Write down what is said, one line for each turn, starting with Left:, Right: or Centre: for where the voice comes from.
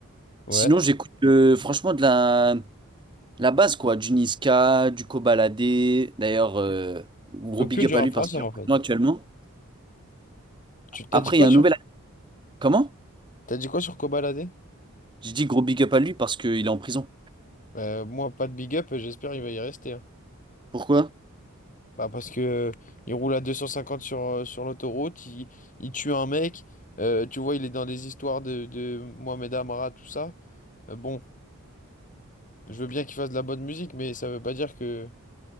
Left: Ouais.
Right: Sinon, j'écoute euh, franchement de la, la base, quoi, du Niska, du Kobalade. D'ailleurs, euh, gros
Left: Donc
Right: big
Left: que du
Right: up
Left: rap
Right: à lui parce
Left: français
Right: qu'il
Left: en
Right: est en
Left: fait.
Right: prison actuellement.
Left: Tu t'as
Right: Après,
Left: dit quoi
Right: il y a
Left: sur
Right: un nouvel. Comment?
Left: t'as dit quoi sur Kobalade?
Right: J'ai dit gros big up à lui parce qu'il est en prison.
Left: Euh, moi, pas de big up, j'espère il va y rester. hein.
Right: Pourquoi?
Left: Bah, parce que euh, il roule à 250 sur, euh, sur l'autoroute, il, il tue un mec, euh, tu vois, il est dans des histoires de, de Mohamed Amara, tout ça. Euh, bon, je veux bien qu'il fasse de la bonne musique, mais ça veut pas dire que